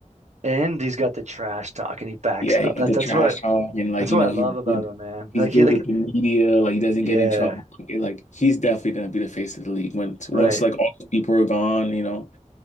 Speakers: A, on the right; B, on the left.
A: And he's got the trash talk, and he backs
B: Yeah,
A: it
B: he
A: up.
B: got
A: That's
B: the
A: that's
B: trash
A: really
B: talk and like,
A: That's
B: you
A: what
B: know,
A: I love
B: he's
A: about
B: good
A: him, man.
B: he's
A: Like
B: good
A: he like
B: with the media, like he doesn't
A: yeah,
B: get in trouble. Like, and, like, he's definitely gonna be the face of the league when once
A: right.
B: like all those people are gone, you know,